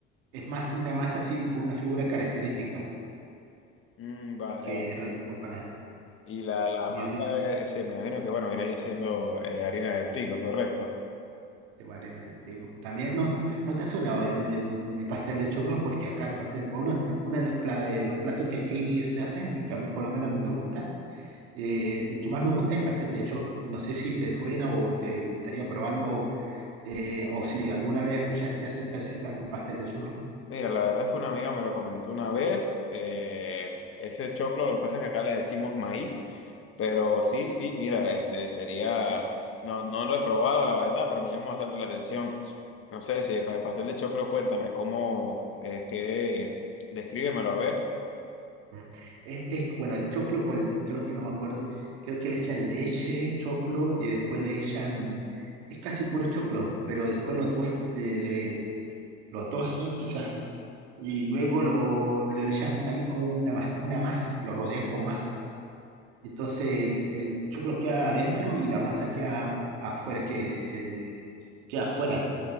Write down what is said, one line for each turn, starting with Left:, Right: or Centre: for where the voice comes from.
Right: es más una masa así con una figura característica,
Left: Mm, vale,
Right: que
Left: vale.
Right: es re- como para
Left: Y la, la
Right: muy
Left: masa,
Right: rica,
Left: eh, sí, me imagino que, bueno, viene ahí siendo eh, harina de trigo, ¿correcto?
Right: de arena de trigo. También, no, no te ha sonado el, el- el pastel de choclo, porque acá el pastel, bueno, uno de las pla- eh, los platos que aquí se hacen y que a mí por lo menos me gusta, eh, el que más me gusta es el pastel de choclo. Y No sé si te suena o te gustaría probarlo, eh, o si alguna vez escuchaste acerca de ese plato, pastel de choclo.
Left: Mira, la verdad es que una amiga me lo comentó una vez. eh, ese choclo, lo que pasa es que acá le decimos maíz, pero sí, sí, mira, este sería, no, no lo he probado, la verdad, pero me llama bastante la atención. No sé si para el pastel de choclo, cuéntame cómo, eh, qué, descríbemelo a ver.
Right: Mm. Es, es- bueno, el choclo con, creo que no me acuerdo, creo que le echan leche, choclo, y después le echan, es casi puro choclo, pero después lo tues- le, le- lo tosen quizás, y luego lo, le echan, hay como una, ma- una masa, lo rodean con masa. Entonces el choclo queda adentro y la masa queda afuera, que, eh, queda afuera.